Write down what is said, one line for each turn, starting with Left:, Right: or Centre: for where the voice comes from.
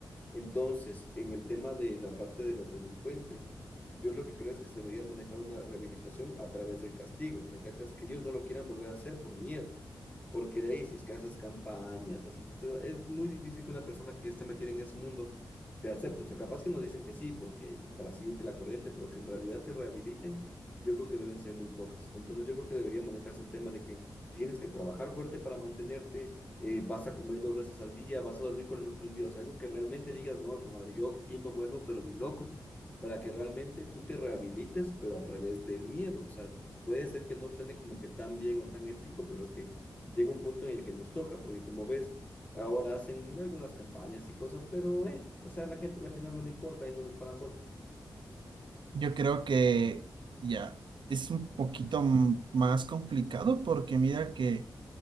Left: Entonces, en el tema de la parte de los delincuentes, yo lo que creo es que se debería manejar una rehabilitación a través del castigo. ¿Me cachas? Que ellos no lo quieran volver a hacer por miedo. Porque de ahí, si es que haces campañas, haces, etcétera, es muy difícil que una persona que ya está metida en ese mundo te acepte. O sea, capaz que nos dicen que sí, porque para seguirte la corriente, pero que en realidad se rehabiliten, yo creo que deben ser muy pocas. Entonces, yo creo que debería manejarse el tema de que tienes que trabajar fuerte para mantenerte, eh, vas a comer dos veces al día, vas a dormir con la luz prendida. O sea, algo que realmente digas, no, madre, yo aquí no vuelvo, pero ni loco, para que realmente tú te rehabilites, pero a través del miedo. O sea, puede ser que no suene como que tan bien o tan ético, pero es que llega un punto en el que nos toca, porque como ves, ahora hacen algunas campañas y cosas, pero, eh, o sea, a la gente al final no le importa y no les paran bola.
Right: Yo creo que ya es un poquito m- más complicado porque mira que